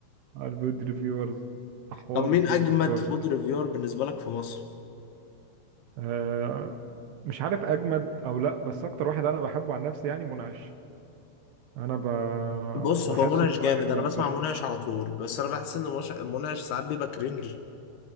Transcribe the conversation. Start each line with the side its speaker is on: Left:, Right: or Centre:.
Right: الفود ريفيورز احوار
Left: طب مين
Right: الفود
Left: اجمد
Right: ريفيورز
Left: فود
Right: ده
Left: ريفيور بالنسبه لك في مصر
Right: آه مش عارف اجمد او لا بس اكتر واحد انا بحبه عن نفسي يعني منعش انا ب...
Left: بص
Right: بحسه
Left: هو منعش
Right: كده
Left: جامد
Right: راجل
Left: انا بسمع
Right: بشوش
Left: منعش على طول بس انا بحس ان منعش منعش ساعات بيبقى كرنج